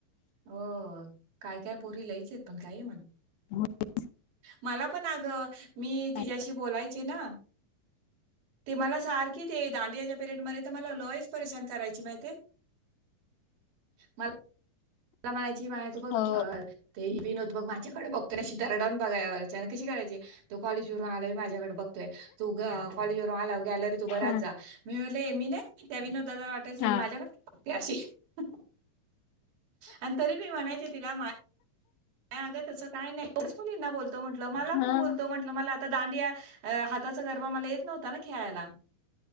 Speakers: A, on the right; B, on the left.
A: हो काय काय पोरी लयच आहेत, पण काही म्हण.
B: हो <unintelligible>
A: मला पण अगं मी
B: काय
A: तिच्याशी बोलायचे ना? ते मला सारखी ते दांडियाच्या पिरेयड मध्ये तर मला लयच परेशान करायची माहितेय? मला- मला म्हणायची, मा तू बघ
B: हो
A: ते विनोद बघ माझ्याकडे बघ- तुशी तररडाून बघायवर <unintelligible> कशी करायची? तो कॉलेज वरून आलोय माझ्याकड बघतोय, तो ग काँलेज वरून आल्या गे तू बच
B: हा
A: जा मी <unintelligible> एमिने कब <unintelligible> दादा वाटायचं ही
B: हा
A: माझ्याकडे- <unintelligible> त्या्याशीे <unintelligible> आणि तरी मी म्हणायचे तिला मा नाही अगं, तस काय तोच मुलींना बोलतो म्हटलं, मला
B: हा
A: पण बोलतो म्हंटलं, मला आता दांडिया हातात तवा गरबा मला येत नव्हता ना खेळायला,